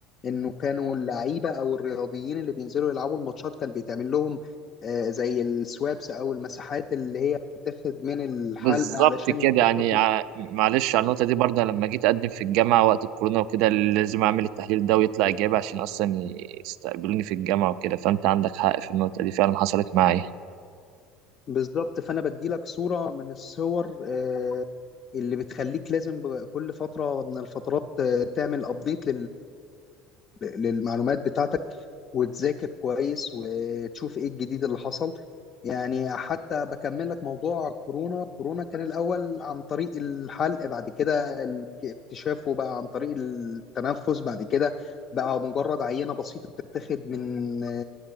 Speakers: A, on the left; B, on the right.
A: إنه كانوا اللعيبة أو الرياضيين اللي بينزلوا يلعبوا الماتشات كان بيتعمل لهم آه، زي السوابس أو المساحات اللي هي بتتاخد من الحلق
B: بالظبط
A: علشان
B: كده
A: يكتشفوا
B: يعني ع- معلش على النقطة دي برضه لما جيت أقدم في الجامعة وقت الكورونا وكده لازم أعمل التحليل ده ويطلع إيجابي عشان أصلا يستقبلوني في الجامعة وكده فأنت عندك حق في النقطة دي فعلا حصلت معايا
A: بالظبط فانا بدي لك صوره من الصور آه، اللي بتخليك لازم ب- كل فترة من الفترات آه، تعمل ابديت للمعلومات بتاعتك وتذاكر كويس وتشوف ايه الجديد اللي حصل يعني حتى بكمل لك موضوع كورونا كورونا كان الأول عن طريق الحلق بعد كده ال- اكتشافه بقى عن طريق التنفس بعد كده بقى مجرد عينة بسيطة بتتاخد من